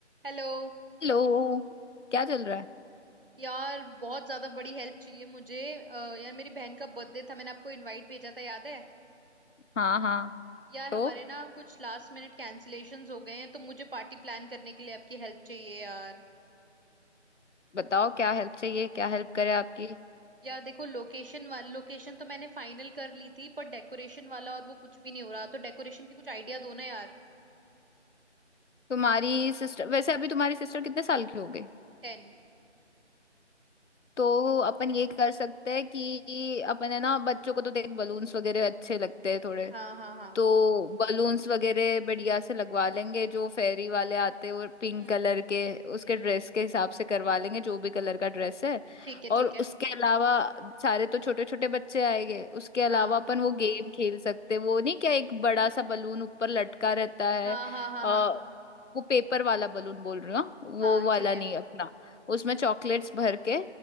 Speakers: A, on the right; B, on the left.
A: Hello
B: Hello क्या चल रहा है
A: यार बहुत ज्यादा बड़ी हेल्प चाहिए मुझे अ, यार मेरी बहन का बर्थडे था मैंने आपको इनवाइट भेजा था याद है
B: हाँ हाँ
A: यार
B: तो
A: हमारे ना कुछ लास्ट मिनट कैंसिलेशंस हो गए हैं तो मुझे पार्टी प्लान करने के लिए आपकी हेल्प चाहिए यार
B: बताओ क्या हेल्प चाहिए क्या हेल्प करे आपकी
A: यार देखो लोकेशन वाल लोकेशन तो मैंने फाइनल कर ली थी पर डेकोरेशन वाला और वो कुछ भी नहीं हो रहा तो डेकोरेशन की कुछ आइडिया दो ना यार
B: तुम्हारी सिस्टर वैसे अभी तुम्हारी सिस्टर कितने साल की हो गई
A: टेन
B: तो अपन ये कर सकते हैं कि अपन है ना बच्चों को तो देख बलून्स वगैरह अच्छे लगते हैं थोड़े
A: हाँ हाँ हाँ
B: तो बलून्स वगैरह बढ़िया से लगवा लेंगे जो फेरी वाले आते हैं वो पिंक
A: हम्म
B: कलर के उसके
A: हम्म
B: ड्रेस के हिसाब से करवा लेंगे जो भी कलर का ड्रेस है
A: ठीक है
B: और
A: ठीक है
B: उसके अलावा सारे तो छोटे छोटे बच्चे आएंगे उसके अलावा
A: हाँ
B: अपन वो गेम खेल सकते हैं। वो नहीं क्या एक बड़ा सा बलून ऊपर लटका रहता है
A: हाँ हाँ हाँ
B: आ,
A: हाँ
B: वो पेपर वाला बलून बोल रही हूँ हाँ?
A: हाँ
B: वो वाला
A: ठीक है
B: नहीं अपना उसमें चॉकलेट्स भर के